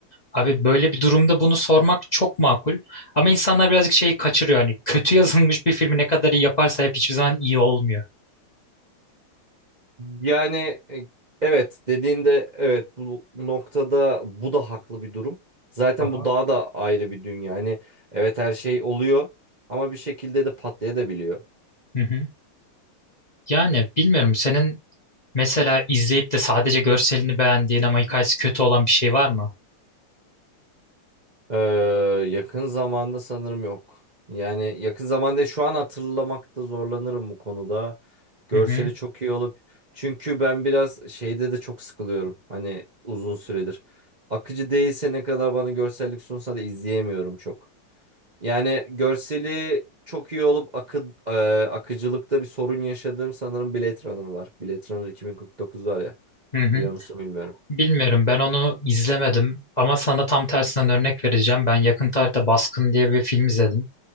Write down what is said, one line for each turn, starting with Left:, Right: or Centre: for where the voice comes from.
Left: Abi böyle bir durumda bunu sormak çok makul. Ama insanlar birazcık şeyi kaçırıyor. Hani kötü <laughs> yazılmış bir filmi ne kadar iyi yaparsa hep hiçbir zaman iyi olmuyor.
Right: Yani e, evet dediğinde evet bu noktada bu da haklı bir durum. Zaten
Left: Aha.
Right: bu daha da ayrı bir dünya. Yani evet her şey oluyor ama bir şekilde de patlayabiliyor.
Left: Hı hı. Yani bilmiyorum senin mesela izleyip de sadece görselini beğendiğin ama hikayesi kötü olan bir şey var mı?
Right: Ee, yakın zamanda sanırım yok. Yani yakın zamanda şu an hatırlamakta zorlanırım bu konuda. Görseli
Left: Hı hı.
Right: çok iyi olup çünkü ben biraz şeyde de çok sıkılıyorum. Hani uzun süredir. Akıcı değilse ne kadar bana görsellik sunsa da izleyemiyorum çok. Yani görseli çok iyi olup akı, e, akıcılıkta bir sorun yaşadığım sanırım Blade Runner var. Blade Runner 2049 var ya.
Left: Hı hı.
Right: Biliyor musun bilmiyorum.
Left: Bilmiyorum ben onu izlemedim ama sana tam tersinden örnek vereceğim. Ben yakın tarihte Baskın diye bir film izledim.